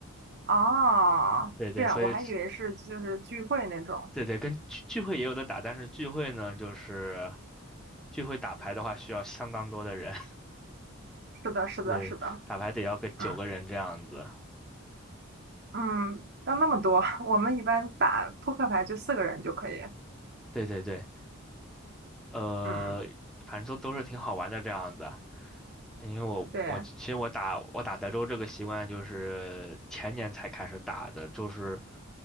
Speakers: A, on the right; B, in the centre.
A: 哦，
B: 对对，
A: 这样，
B: 所以
A: 我还以为是就是聚会那种。
B: 对对，跟聚聚会也有的打，但是聚会呢，就是聚会打牌的话，需要相当多的人。
A: 是的，
B: <laughs>
A: 是的，
B: 对，
A: 是的，
B: 打牌得要个九个人这样子。
A: 嗯嗯，要那么多，<laughs> 我们一般打扑克牌就四个人就可以。
B: 对对对。呃，
A: 嗯，
B: 反正都都是挺好玩的这样子。因为我我其实我打我打德州这个习惯就是前年才开始打的，
A: 对
B: 就是